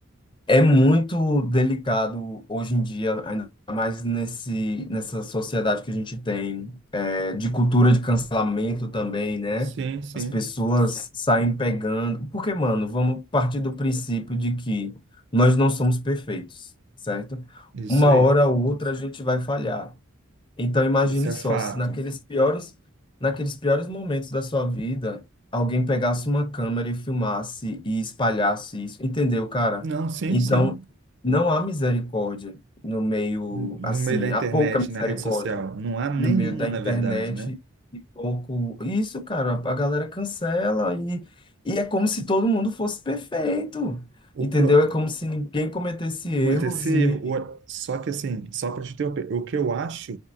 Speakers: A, on the left; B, on the right.
A: É muito delicado hoje em dia, ainda mais nesse, nessa sociedade que a gente tem, é, de cultura de cancelamento também, né?
B: Sim, sim.
A: As pessoas saem pegando. Porque, mano, vamos partir do princípio de que nós não somos perfeitos, certo?
B: Isso
A: Uma
B: aí.
A: hora ou outra a gente vai falhar. Então imagine
B: Isso é
A: só,
B: fato.
A: se naqueles piores, naqueles piores momentos da sua vida, alguém pegasse uma câmera e filmasse e espalhasse isso, entendeu, cara?
B: Não, sim,
A: Então
B: sim.
A: não há misericórdia no meio,
B: No
A: assim,
B: meio da internet,
A: há pouca misericórdia
B: na rede social, não há nenhuma,
A: no meio da internet
B: na verdade, né?
A: e pouco. Isso, cara, a galera cancela e, e é como se todo mundo fosse perfeito,
B: O
A: entendeu?
B: pro-
A: É como se ninguém cometesse erros
B: cometer esse erro.
A: e
B: O- Só que, assim, só para te interromper, o que eu acho